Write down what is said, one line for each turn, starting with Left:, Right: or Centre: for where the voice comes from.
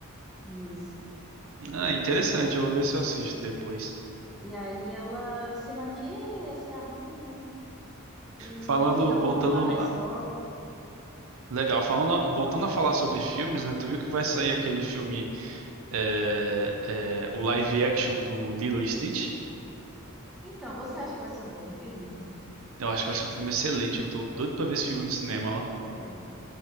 Centre: isso.
Right: Ah, interessante, eu vou ver se eu assisto depois.
Centre: E aí ela se maquia, se arruma e
Right: Falando,
Centre: fica popular
Right: voltando.
Centre: na escola.
Right: a- Legal, falando, voltando a falar sobre filmes, né? Tu viu que vai sair aquele filme, é, é, o live action do Lilo e Stitch?
Centre: Então, você acha que vai ser um bom filme?
Right: Eu acho que vai ser um filme excelente. Eu tô doido pra ver esse filme no cinema, ó.
Centre: É.